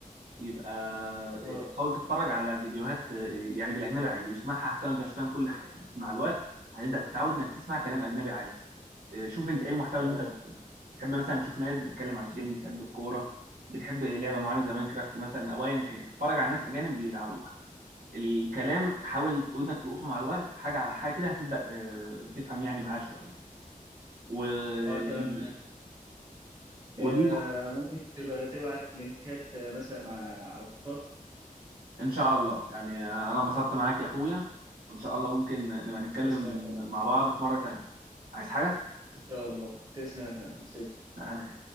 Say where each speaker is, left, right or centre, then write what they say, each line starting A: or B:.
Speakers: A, on the right (about 90°); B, on the right (about 25°).
A: يبقى آه،
B: اه
A: حاول تتفرج على فيديوهات يعني بالاجنبي عادي واسمعها حتى لو انت مش فاهم كل حاجة بس مع الوقت هتبدأ تتعود انك تسمع كلام اجنبي عادي آه، شوف انت ايه المحتوى
B: اه
A: اللي انت بتحبه تحب مثلا تشوف ناس بتتكلم على الجيم بتحب الكورة بتحب لعبة معينة زي ماينكرافت مثلا او ايا كان اتفرج على ناس اجانب بيلعبوها الكلام حاول ودنك تلقطه مع الوقت حاجه على حاجه كده هتبدا آه، تفهم يعني معاه شويه و... يعني-
B: اه تمام
A: ودي
B: آه، ممكن تبقى تبعت لينكات آه، مثلا على على الخاص
A: ان شاء الله يعني انا انبسطت معاك يا اخويا وان شاء الله ممكن نبقى نتكلم
B: تسلم يا فندم.
A: مع بعض في مره تانيه عايز حاجه؟
B: ان شاء الله تسلم يا فندم تسلم.
A: لا،